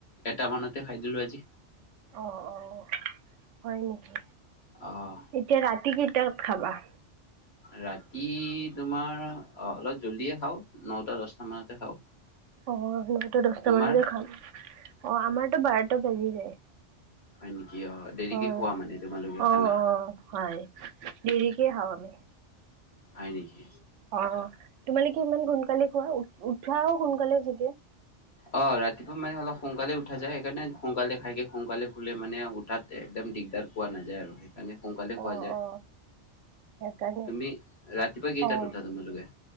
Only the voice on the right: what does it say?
অঁ অঁ হয় নেকি।
এতিয়া ৰাতি কেইটাত খাবা।
অঁহ নটা দচটা
মানতে খাম, অঁ আমাৰতটো বাৰটা বাজি যায়।
হয়
অঁ
অঁ হয় দেৰিকে খাব লাগে
অঁ তোমালোকে ইমান সোনকালে খোৱা, উ উঠাও সোনকালে চাগে।
অ
অ সেইকাৰণে
অ